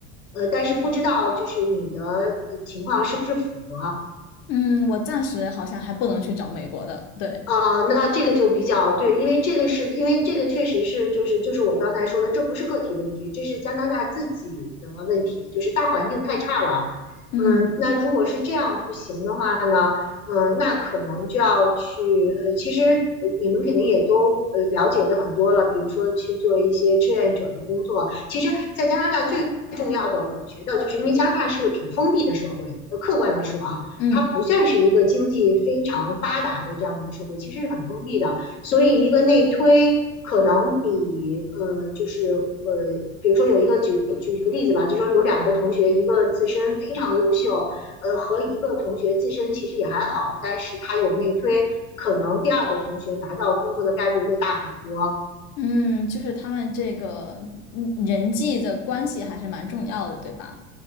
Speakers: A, on the left; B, on the left.
A: 呃，但是不知道就是你的呃情况是不是符合，
B: 嗯，我暂时好像还不能去找美国的，对，
A: 啊，呃那这个就比较对，因为这个是因为这个确实是就是就是我刚才说的，这不是个体问题，这是加拿大自己的问题，就是大环境太差了。
B: 嗯
A: 嗯，呃那如果是这样不行的话呢，嗯，呃那可能就要去呃，其实呃你们肯定也都呃了解的很多了，比如说去做一些志愿者的工作。其实，在加拿大最重要的，我觉得就是因为加拿大是个挺封闭的社会，呃客观的说啊，
B: 嗯
A: 它不算是一个经济非常发达的这样的一个社会，其实是很封闭的。所以一个内推可能比呃，就是呃，比如说有一个举举举个例子吧，就说有两个同学，一个自身非常优秀，呃，和一个同学自身其实也还好，但是他有内推，可能第二个同学拿到工作的概率会大很多。
B: 嗯，就是他们这个嗯人际的关系还是蛮重要的，对吧？